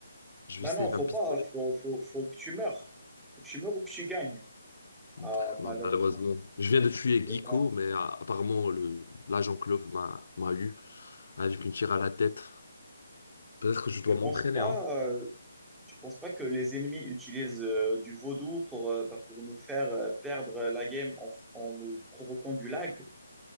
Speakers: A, on the left; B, in the centre.
A: Je
B: Bah
A: vais save
B: non, faut
A: un pistolet.
B: pas. Faut, faut, faut que tu meurs. Faut que tu meurs ou que tu gagnes.
A: <laughs>
B: Ah,
A: Bah,
B: malheureusement,
A: malheureusement.
B: tu,
A: Je viens de tuer
B: tu
A: Guico,
B: es mort.
A: mais euh, apparemment, le, l'agent Clove m'a m'a eu avec une tire à la tête. Peut-être que je dois
B: Tu
A: m'entraîner,
B: penses pas,
A: hein.
B: euh, tu penses pas que les ennemis utilisent euh, du vaudou pour, euh, bah, pour nous faire euh, perdre la game en, en nous provoquant du lag?